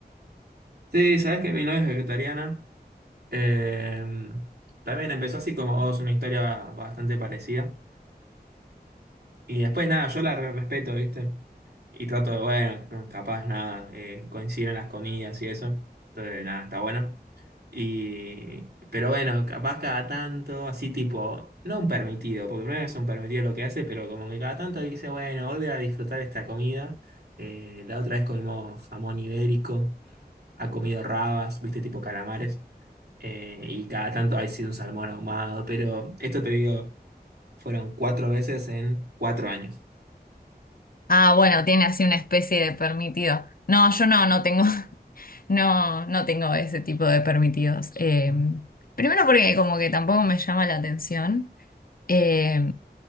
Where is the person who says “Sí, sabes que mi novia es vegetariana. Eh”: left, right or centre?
Right